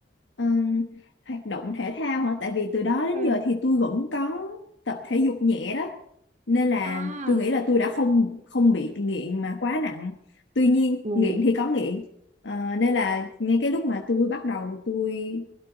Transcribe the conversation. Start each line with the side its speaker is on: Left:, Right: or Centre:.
Left: Ừm, hoạt động thể thao hả tại vì từ đó đến
Right: ừ
Left: giờ thì tôi vẫn có tập thể dục nhẹ đó nên là
Right: à
Left: tôi nghĩ là tôi đã không không bị nghiện mà quá nặng tuy nhiên
Right: ừ
Left: nghiện thì có nghiện Ờ, nên là ngay cái lúc mà tôi bắt đầu tôi